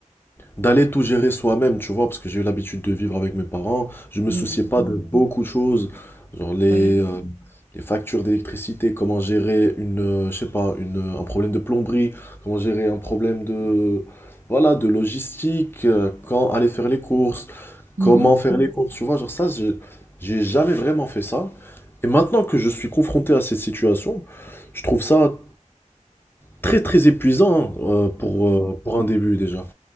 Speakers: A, on the left; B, on the right.
A: d'aller tout gérer soi-même, tu vois, parce que j'ai eu l'habitude de vivre avec mes parents. Je me
B: oui,
A: souciais pas de beaucoup de choses, genre les,
B: ouais.
A: euh, les factures d'électricité, comment gérer une, euh, je sais pas, une, euh, un problème de plomberie, comment gérer un problème de, voilà, de logistique, euh, quand aller faire les courses,
B: Mhm.
A: comment faire les courses, tu vois, genre ça, j'ai j'ai jamais vraiment fait ça. Et maintenant que je suis confronté à cette situation, je trouve ça très très épuisant hein, euh, pour, euh, pour un début déjà.